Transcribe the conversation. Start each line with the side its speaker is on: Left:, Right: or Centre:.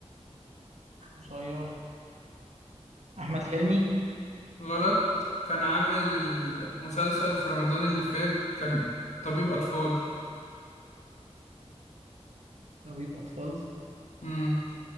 Right: قصير أحمد حلمي
Left: غلط كان عامل مسلسل في رمضان اللي فات كان طبيب أطفال
Right: طبيب أطفال
Left: مم.